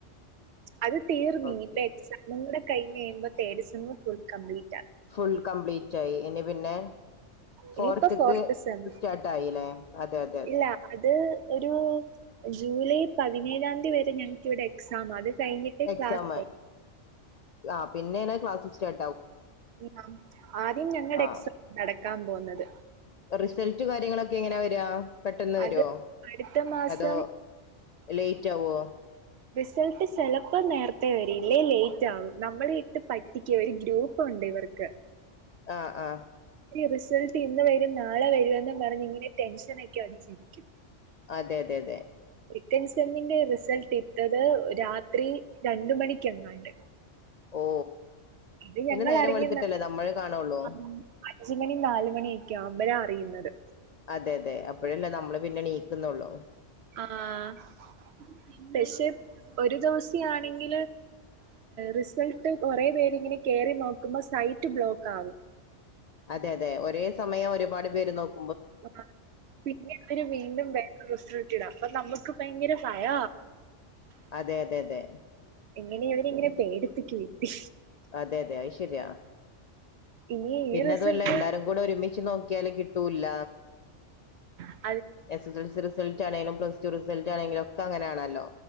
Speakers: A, on the right; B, on the left.
A: അത് തീർന്ന്
B: ഓക്കെ
A: ഇനിയിപ്പോ എക്സാമും കൂടെ കഴിഞ്ഞ് കഴുമ്പോ തേഡ് sem full complete
B: full complete ആയി ഇനി പിന്നെ ഫോർത്ത്ക്ക്
A: ഇനിയിപ്പോ ഫോർത്ത് സെം
B: സ്റ്റാർട്ട് ആയില്ലേ അതെ അതെ അതെ
A: ഇല്ല അത് ഒരു ജൂലൈ പതിനേഴാം തീയതി വരെ ഞങ്ങൾക്കിവിടെ എക്സാമാ അത് കഴിഞ്ഞിട്ട്
B: എക്സാമ്
A: ക്ലാസ്
B: ആഹ് പിന്നെ ആണ് ക്ലാസ്സ്‌ സ്റ്റാർ
A: ആഹ് ആദ്യം ഞങ്ങടെ
B: ആഹ്
A: എക്സാം നടക്കാൻ പോകുന്നത്
B: റിസൾട്ട് കാര്യങ്ങളൊക്കെ എങ്ങനാ വരാ പെട്ടന്ന് വരുമോ
A: അത് അടുത്ത മാസം
B: അതോ ലേറ്റ് ആവുമോ
A: റിസൾട്ട്‌ ചിലപ്പോ നേരത്തേ വരും ഇല്ലേ ലേറ്റ് ആകും നമ്മളെ ഇട്ട് പറ്റിക്കും ഒരു ഗ്രൂപ്പ് ഉണ്ട് ഇവർ ക്ക്
B: ആഹ് ആഹ
A: റിസൾട്ട് ഇന്ന് വരും നാളെ വരും എന്നെന്നും പറഞ്ഞ് ഇങ്ങനെ ടെൻഷന ഒക്കെ അടിച്ചിരിക്കും
B: അതെ അതെ അതെ
A: സെക്കന്റ്‌ സമ്മിന്റെ റിസൾട്ട് ഇട്ടത് രാത്രി രണ്ട് മണിക്ക എങ്ങാണ്ട്
B: ഓ
A: അത്
B: പിന്നെ
A: ഞങ്ങൾ
B: നേരം
A: അറിയുന്ന
B: വെളുത്തിട്ടല്ലേ നമ്മള് കാണുള്ളൂ
A: ആ അഞ്ചുമണി നാലുമണിയൊക്കെയാ അമ്പലം അറിയുന്നത്
B: അതെ അതെ അപ്പോഴല്ലേ നമ്മള് പിന്നെ നീക്കുന്നുള്ളോ
A: ആഹ പക്ഷെ ഒരു ദിവസം ആണെങ്കിൽ റിസൾട്ട് കുറെപേര്ങ്ങനെ കറി നോക്കുമ്പോ ലൈറ്റ് ബ്ലോക്ക് ആകും
B: അതെ അതെ ഒരേ സമയം ഒരുപാട് പേര് നോക്ക
A: ആ പിന്നെ അവര് വീണ്ടും ബ സ്ട്ട ഇടാം അപ്പൊ നമുക്ക് ഭയങ്കര ആായ
B: അതെ അതെ അതെ
A: എങ്ങനെയ അവന ഇങ്ങനെ പേടിപ്പക്ക് വരുത്തി
B: അതെ അതെ അത് ശരിയാ
A: ഇനി
B: പിന്നെ
A: ഈ റിസൾട്ട്
B: അതുമല്ല എല്ലാരും കൂടെ ഒരുമിച്ച് നോക്കിയാല് കിട്ടൂല്ല
A: ആ
B: എസ് എസ് എൽ സ റിൾട്ട ആണെങ്കും പ്ലസ്ടു റിസൾട്ട ആണെങ്കിലും ഒക്കെ അങ്ങനാണല്ലോ